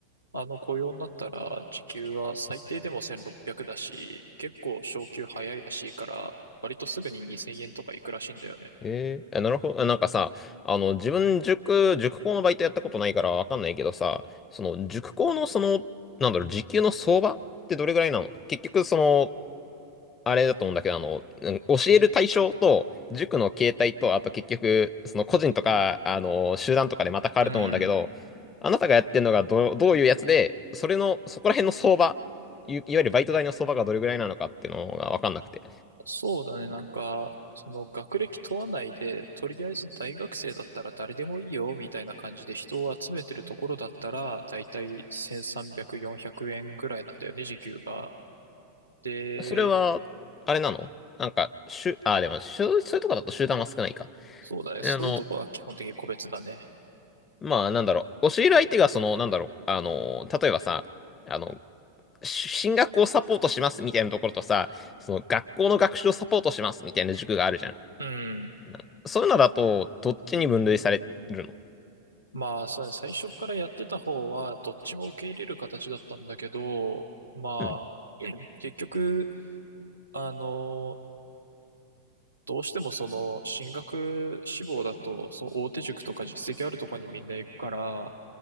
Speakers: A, on the right; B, on the left.
A: あの、雇用になったら、時給は最低でも1600だし、結構昇給早いらしいから、割とすぐに2000円とかいくらしいんだよね。
B: へえ、あなるほど。あなんかさ、あの、自分塾、塾講のバイトやったことないからわかんないけどさ、その、塾講のその、なんだろう、時給の相場ってどれぐらいなの結局、その、あれだと思うんだけど、あの、うん教える対象と、塾の形態と、あと結局、その個人とか、あの、集団とかでまた変わると思うんだけど、
A: うん。
B: あなたがやってるのがど、どういうやつで、それの、そこら辺の相場、い、いわゆるバイト代の相場がどれぐらいなのかっていうのがわかんなくて。
A: そうだね、なんか、その学歴問わないで、とりあえず大学生だったら誰でもいいよ、みたいな感じで人を集めてるところだったら、だいたい1300、400円ぐらいなんだよね、時給が。で、
B: それは、あれなのなんか、しゅ、あ、でも、しゅ、そういうとこだと集団は少ないか。
A: そうだね、
B: えあの、
A: そういうとこは基本的に個別だね。
B: まあ、なんだろう。教える相手が、その、なんだろう。あの、例えばさ、あの、し進学をサポートしますみたいなところとさ、その、学校の学習をサポートしますみたいな塾があるじゃん。
A: うん。
B: なそういうのだと、どっちに分類されるの
A: まあ、そうね、最初からやってた方は、どっちも受け入れる形だったんだけど、まあ、
B: うん。
A: <clears throat> 結局、あのどうしてもその進学志望だと、そう大手塾とか実績あるとこにみんな行くから、